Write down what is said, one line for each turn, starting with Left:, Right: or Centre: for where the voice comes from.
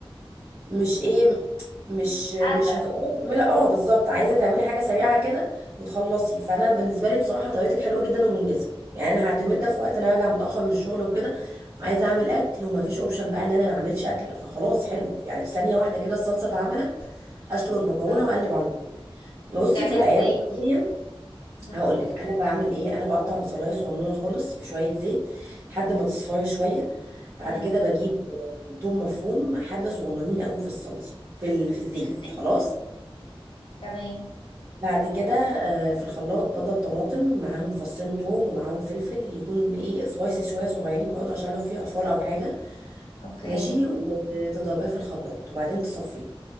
Right: مش ايه مش مش
Left: قادره
Right: هتقدري تعملي اه بالظبط عايزة تعملي حاجة سريعة كده وتخلصي فانا بالنسبة لي بصراحة طريقتك حلوة جدا ومنجزة يعني انا هعتمد ده في وقت انا راجعة متأخر من الشغل وكده وعايزة اعمل اكل ومفيش اوبشن بقى ان انا ما اعملش اكل فخلاص حلو يعني في ثانية واحدة كده الصلصة اتعملت اسلق المكرونة
Left: طب
Right: واقلب على طول بصي
Left: بتعمليها
Right: في الايام
Left: ازاي
Right: العادية
Left: مم.
Right: هقول لك انا بعمل ايه انا بقطع بصلايه صغنونه خالص في شوية زيت لحد ما تصفر شوية بعد
Left: مم.
Right: كده بجيب توم مفروم حبة صغننين قوي في الصلصة في ال... في الزيت
Left: في الزيت
Right: خلاص
Left: تمام
Right: بعد كده آه، في الخلاط بضرب طماطم معاهم فصين توم ومعاهم فلفل يكون ايه سبايسي شوية صغيرين برضه عشان لو في أطفال أو حاجة
Left: اوكي
Right: ماشي وتضربيها في الخلاط وبعدين تصفيه